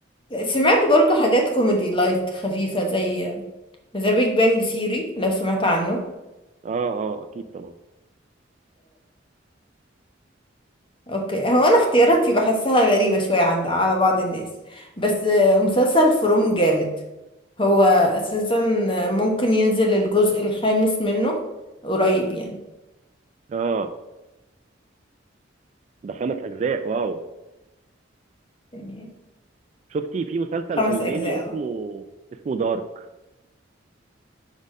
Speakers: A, on the left; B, on the right.
A: سمعت برضو حاجات كوميدي لايت خفيفة زي ذا بيج بانج سيري لو سمعت عنه
B: اه اه اكيد طبعا
A: اوكي هو انا اختياراتي بحسها غريبة شوية عند على بعض الناس بس آه، مسلسل فروم جامد هو اساسا ممكن ينزل الجزء الخامس منه قريب يعني
B: اه ده خمس اجزاء واو
A: يعني
B: شفتي في مسلسل
A: خمس
B: الماني
A: اجزاء
B: اسمه اسمه دارك